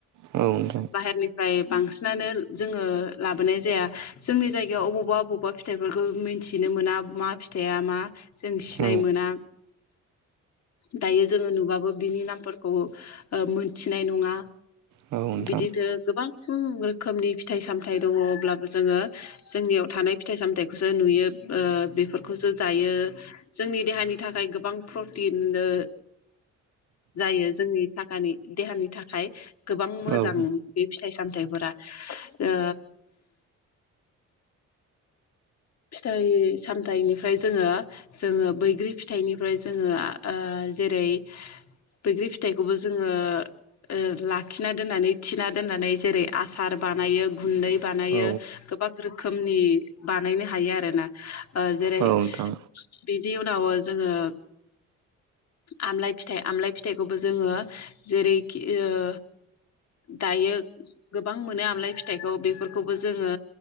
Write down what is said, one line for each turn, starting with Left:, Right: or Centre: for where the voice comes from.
Right: औ नोंथां
Left: बाहेरनि फ्राय बांसिनानो जोङो लाबोनाय जाया जोंनि जायगायाव अबावबा बबावबा फिथाइफोरखौ मिथिनो मोना मा फिथाइया मा जों सिनाय
Right: औ
Left: मोना दायो जोङो नुबाबो बिनि नामफोरखौओ मोनथिनाय नङा
Right: औ नोंथां
Left: बिदिनो गोबां रोखोमनि फिथाइ सामथायाइ दङ अब्लाबो जोङो जोंनियाव थानाय फिथाइ सामथायाइखौसो नुयो ओ बेफोरखौसो जायो जोंनि देहानि थाखाय गोबां प्रटिननो जायो जोंनि थाखानि देहानि थाखाय गोबां मोजां।
Right: औ
Left: बे फिथाइ सामथायफोरा ओ फिथाइ सामथाइनिफ्राय जोङो जोङो बैग्रि फिथाइनिफ्राय जोङो ओ जेरै बैग्रि फिथाइखौबो जोङो ओ लाखिना दोननानै थिना दोननानै जेरै आसार बानायो गुन्दै बानायो
Right: औ
Left: गोबाब रोखोमनि बानायनो हायो आरोना जेरै
Right: नोंथां
Left: बिनि उनाव जोङो आमलाय फिथाइ आमलाय फिथाइखौबो जोङो जेरैखि ओ दायो गोबां मोनो आमलाय फिथाइखौ बेफोरखौबो जोङो